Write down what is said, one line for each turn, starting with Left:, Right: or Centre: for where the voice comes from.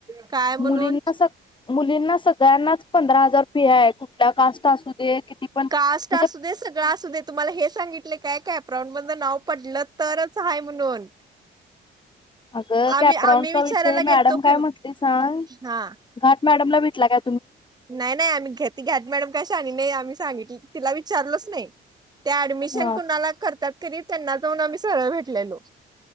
Right: काय म्हणून
Left: मुलींना स मुलींना सगळ्यांनाच पंधरा हजार फी आहे कुठल्या कास्ट असू दे पण
Right: कास्ट
Left: म्हणजे
Right: असू दे सगळं असू दे तुम्हाला हे सांगितले काय काय प्रवण बंद नाव पडलं तरच आहे म्हणून
Left: अगं
Right: आम्ही
Left: कॅप्रॉनचा
Right: आम्ही विचारायला
Left: विषय मॅडम
Right: गेलतो
Left: काय
Right: क
Left: म्हटली सांग
Right: हा
Left: घ मॅडमला भेटला का
Right: नाही नाही आम्ही घेत घाट मॅडम कशा आणि नाही आम्ही सांगितली तिला विचारलच नाही त्या ऍडमिशन
Left: हा
Right: कुणाला कर त्या करी त्यांना जाऊन आम्ही सरळ भेटलेलो.